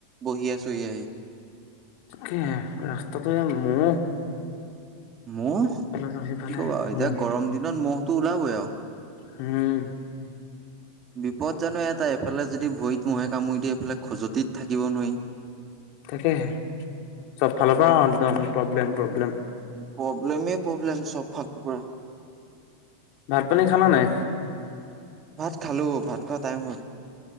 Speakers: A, on the right; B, on the left.
A: বহি আছোঁহি আহি।
B: তাকেহে ৰাস্তাটো এ, মৌ
A: মৌহ কি
B: নহয় সিফালে
A: ক'বা আৰু এতিয়া
B: মহ
A: গৰম দিনত মহটো ওলাবই আৰু।
B: উম,
A: বিপদ জানো এটাই এফালে যদি ভৰিত মহে কামুৰি দিয়ে এইফালে খজতিত থাকিব নোৱাৰি।
B: তাকেহে চব ফালৰ পৰা একদম প্ৰব্লেম, প্ৰব্লেম।
A: প্ৰব্লেমেই প্ৰব্লেম চব ভাল পৰা।
B: ভাত-পানী খালা নাই?
A: ভাত খালোঁ ভাত খোৱা টাইম হ'ল।